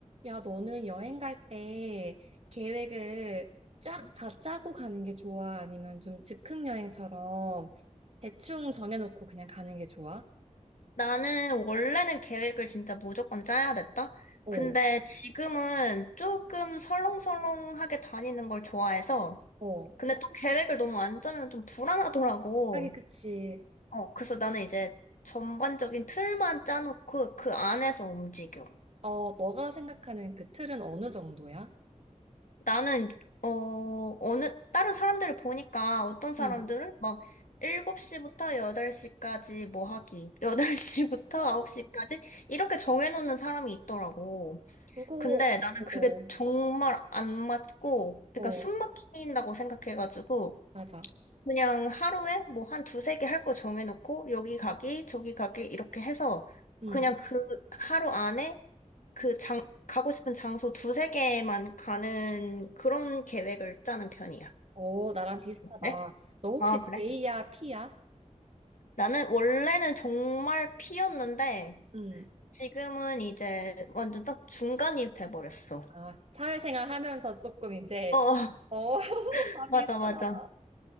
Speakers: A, on the right; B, on the left.
A: 야, 너는 여행 갈 때 계획을 쫙 다 짜고 가는 게 좋아? 아니면 좀 즉흥 여행처럼 대충 정해놓고 그냥 가는 게 좋아?
B: 나는 원래는 계획을 진짜 무조건 짜야 됐다.
A: 어,
B: 근데 지금은 조금 설렁설렁하게 다니는 걸 좋아해서,
A: 어.
B: 근데 또 계획을 너무 안 짜면 좀 불안하더라고.
A: 하긴 그치.
B: 어, 그래서 나는 이제 전반적인 틀만 짜놓고 그 안에서 움직여.
A: 어, 너가 생각하는 그 틀은 어느 정도야?
B: 나는, 어, 어느, 다른 사람들을 보니까 어떤 사람들은
A: 응.
B: 막 7시부터 8시까지 뭐 하기, 8시부터
A: 아,
B: 9시까지 <laughs> 이렇게 정해놓는 사람이 있더라고.
A: 그거,
B: 근데 나는
A: 어,
B: 그게
A: 어,
B: 정말 안 맞고, 그러니까
A: 어,
B: 숨 막힌다고 생각해가지고,
A: 맞아.
B: 그냥 하루에 뭐 한 두세 개 할 거 정해놓고, 여기 가기, 저기 가기, 이렇게 해서,
A: 응.
B: 그냥 그 하루 안에 그 장, 가고 싶은 장소 두세 개만 가는 그런 계획을 짜는 편이야.
A: 어, 나랑 비슷하다.
B: 네?
A: 너 혹시
B: 아, 그래?
A: J야, P야?
B: 나는 원래는 정말 P였는데,
A: 응.
B: 지금은 이제 완전 딱 중간이 돼버렸어.
A: 아, 사회생활 하면서 조금 이제,
B: 어, <laughs>
A: 어, <laughs> 다
B: 맞아,
A: 비슷하나
B: 맞아.
A: 봐.